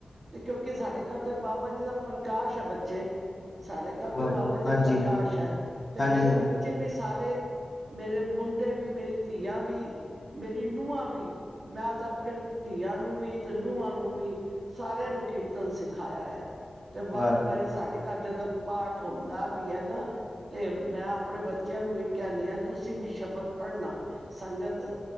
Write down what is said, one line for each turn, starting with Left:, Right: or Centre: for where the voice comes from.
Right: ਤੇ ਕਿਉਂਕਿ ਸਾਡੇ ਘਰ ਦੇ ਬਾਬਾ ਜੀ ਦਾ ਪ੍ਰਕਾਸ਼ ਹੈ ਬੱਚੇ। ਸਾਡੇ ਘਰ
Left: ਹਾਂਜੀ
Right: ਤੇ ਬਾਬਾ ਜੀ ਦਾ
Left: ਹਾਂਜੀ
Right: ਪ੍ਰਕਾਸ਼ ਹੈ ਤੇ
Left: ਹਾਂਜੀ
Right: ਮੇਰੇ
Left: ਹਾਂਜੀ
Right: ਬੇ ਬੱਚੇ ਵੀ ਸਾਰੇ ਮੇਰੇ ਮੁੰਡੇ ਵੀ ਮੇਰੀ ਧੀਆਂ ਵੀ ਮੇਰੀ ਨੂੰਹਾਂ ਵੀ ਮੈਂ ਤਾਂ ਆਪਣੇ ਧੀਆਂ ਨੂੰ ਵੀ ਤੇ ਨੂੰਹਾਂ ਨੂੰ ਵੀ ਸਾਰਿਆਂ ਨੂੰ ਕੀਰਤਨ ਸਿਖਾਇਆ ਹੋਇਆ। ਤੇ ਵਾਰੀ
Left: ਵਾਹ,
Right: -ਵਾਰੀ ਸਾਰੇ ਘਰ ਜਦੋਂ ਪਾਠ ਹੁੰਦਾ ਵੀ ਹੈ। ਨਾ ਤੇ ਮੈਂ ਆਪਣੇ ਬੱਚਿਆਂ ਨੂੰ ਵੀ ਕਹਿੰਦੀ ਹਾਂ ਤੁਸੀਂ ਵੀ ਸ਼ਬਦ ਪੜਨਾ। ਸੰਗਤ